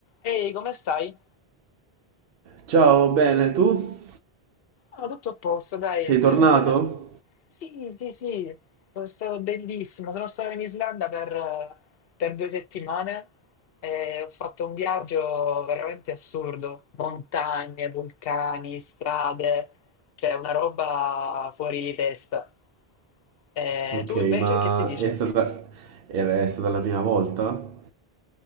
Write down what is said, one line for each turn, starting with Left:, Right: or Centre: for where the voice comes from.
Left: Ehi, come stai?
Right: Ciao, bene, tu?
Left: Ah, tutto a posto, dai,
Right: Sei tornato?
Left: recentemente. Sì, sì, sì, sono stato bellissimo. Sono stato in Islanda per, per due settimane e ho fatto un viaggio veramente assurdo. Montagne, vulcani, strade, cioè una roba fuori di testa. E
Right: Ok,
Left: tu invece
Right: ma
Left: che si dice?
Right: è stata... era- è stata la prima volta?